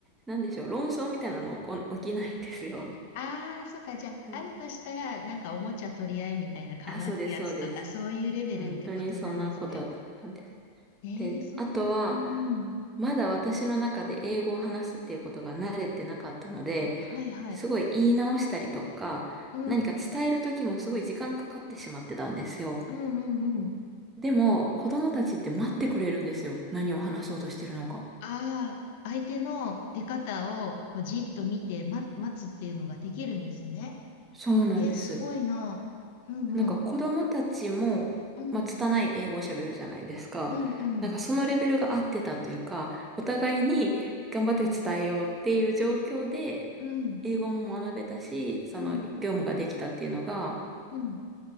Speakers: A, on the right; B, on the left.
A: なんでしょう、論争みたいなの起こ起きないんですよ。
B: ああ、そっか。じゃあ、
A: はい。
B: あるとしたら、なんかおもちゃ取り合いみたいな可愛いやつとか、
A: あ、そうです、そうです。
B: そういうレベルってことなんですね。
A: 本当にそんなことだったんです。
B: えー、
A: で、
B: そうなんだ。
A: あとは、
B: うん、うん。
A: まだ私の中で英語を話すっていうことが慣れてなかったので、
B: はいはい。
A: すごい言い直したりとか、
B: うん、
A: 何か伝える時もすごい時間かかってしまってたんですよ。
B: うん、うん、
A: でも、子供たちって待ってくれるんですよ。何を話そうとしてるのか。
B: ああ、相手の出方をこうじっと見て、ま、待つっていうのができるんですね。
A: そうなんです。
B: えー、すごいな。うんうん。
A: なんか子供たちも、
B: うん。
A: まあ、拙い英語を喋るじゃないですか。
B: うんうん。
A: なんかそのレベルが合ってたというか、お互いに頑張って伝えようっていう状況で、
B: うん。
A: 英語も学べたし、その業務ができたっていうのが、
B: うん。うん。